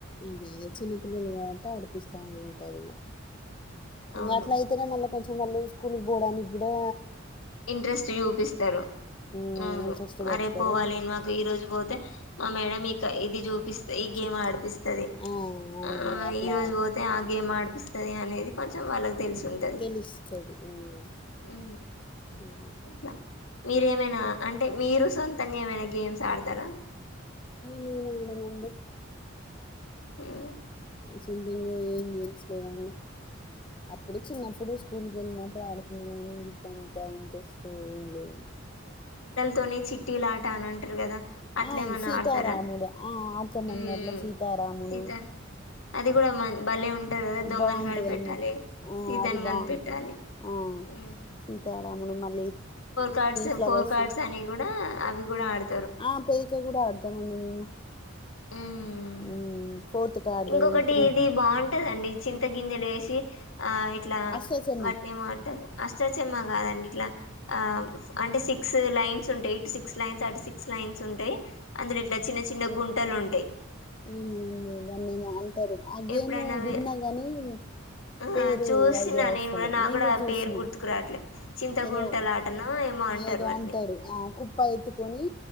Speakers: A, on the left; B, on the left.
A: అదేద చిన్న పిల్లలు కాబట్టి అడిపిస్తా ఉంటారు ఇగ ఇంగట్లైతేనే
B: అవును
A: మళ్ళ కొంచ్ మల్లి స్కూలుకి బోడానికి గుడా
B: ఇంట్రెస్ట్ ఎ చూపిస్తారు.
A: మ్మ్
B: ఊను
A: ఇంట్రెస్ట్ పెడతారు
B: ఆ రేప్ పోవాలి మాకు ఈ రోజు పోతే మా మేడం ఇక ఇది చూప్ పిస్త ఈ గేమ్
A: చి-
B: ఆడిపిస్తది.
A: చి- ఆ అవునండి
B: ఆ
A: అట్లా
B: ఈరోజు పోతే ఆ గేమ్ ఆడిప్ తది అనేది కొంచెం వాళ్ళకి తెలిసుంటది.
A: తెలుస్తది మ్మ్
B: ఊ
A: మ్మ్
B: ఇట్ల మీరేమైనా అంటే మీరు సొంతంగా ఏమైనా గేమ్స్ ఆడతార?
A: మేమేమి ఇనమండి.
B: ఉహు
A: సొంతంగా ఏం గేమ్స్ లేవండి. అప్పుడు చిన్నప్పుడు స్కూల్కి వెళ్ళినప్పుడు ఆడుకునేటంత ఇంట్రెస్ట్ ఏం లేదండి.
B: కొని చిట్టీలాట అనంటారు కదా అట్లేమన్నా
A: ఆ సీతారాముడు
B: ఆడతారా
A: ఆ ఆడతం
B: ఉమ్
A: అందరిలో సీతారాముడు
B: సీతార్ అది కూడా మ భలే ఉంటది కదా దొంగని
A: బాంటదండి.
B: కనిపెట్టాలి
A: ఆ
B: సీతని
A: అది బాంటది
B: కనిపెట్టాలి
A: ఆ
B: ఉమ్
A: సీతారాముడు మళ్ళీ
B: కర్డ్స్
A: ఫ్లవర్స్
B: ఫోర్ కార్డ్స్ అని కూడా అవి కూడ ఆడు
A: ఆ పేక కూడ ఆడతం అండి మేము
B: ఉం
A: ఉమ్, ఫోర్త్ కార్డు
B: ఇంకొకటి
A: త్రీ
B: ఇది బాంటదండి చిన్ త్త గింజలేసి ఆ ఇట్లా
A: అష్టాచమ్మా
B: వాటినేమో అంటారు అష్ట చెమ్మా కాదండి ఇట్లా ఆ ఫ్ అంటే సిక్స్ లైన్స్ ఉంటాయి ఇటు సిక్స్ లైన్స్ అటు సిక్స్ లైన్స్ ఉంటయి. అందురు ఇట్లా చిన్న చిన్న గున్ అంతే
A: ఈదాన్ని మా ఆ గేమ్
B: ఎప్పుడైనా వి
A: విన్నా గాని
B: ఆ
A: పేరు
B: చూసిన
A: ఐడియా వస్తలే
B: నాకు
A: నేను కూడా చూసిన
B: పేరు గుర్తుకురాట్లే చింతగుంటలాటనో
A: ఏదో
B: ఏమో
A: ఏదో
B: వాటిని
A: అంటారు ఆ కుప్ప ఎత్తుకొని